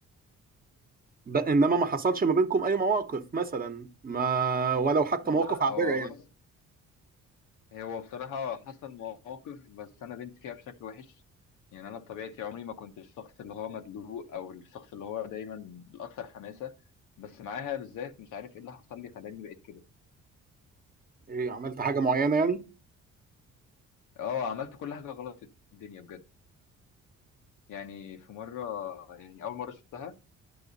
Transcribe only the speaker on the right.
ب... انما ما حصلش ما بينكم اي مواقف مثلا ما ولو حتى
مواقف عابره
يعني
ايه عملت حاجه معينه يعني